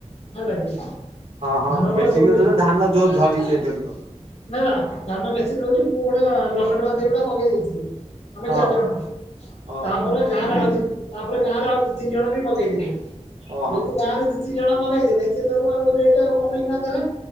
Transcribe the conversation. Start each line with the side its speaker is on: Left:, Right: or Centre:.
Left: ହେଲାକି ଧନ
Right: ହଁ ହଁ
Left: ଧାନକଟା
Right: ମେସିନ
Left: ସବୁଠୁ ବେଷ୍ଟ।
Right: ରେ ଧାନ ଜୋର ଝଡିଛି ଏଥରିକ
Left: ନା ନା ଧାନ ମେସିନ ଦୋଉଛି। ମୁଁ ଗୋଟେ ଲକ୍ଷ ଟଙ୍କା ଦେଇକି ଗୋଟା ପକେଇ ଦେଇଥିଲି ଆମେ
Right: ହଁ
Left: ଚାରି
Right: ହଁ
Left: ଜଣ
Right: ଓ
Left: ତାପରେ
Right: ହଉ
Left: ଗାଁରେ ଆଉ ଦି ତିନି ତାପରେ ଗାଁ ରେ ଆଉ ଦି ତିନି ଜଣ ବି ମଗେଇଦେଲେ।
Right: ଓ
Left: ଯେମିତି
Right: ହଁ
Left: ଗାଁରେ ଦି ତିିନି ଜଣ ମଗେଇ ଦେଲେ ସେ ସବୁ ଆଉ ରେଟ୍ ଆଉ କମେଇଥାନ୍ତେ ନା।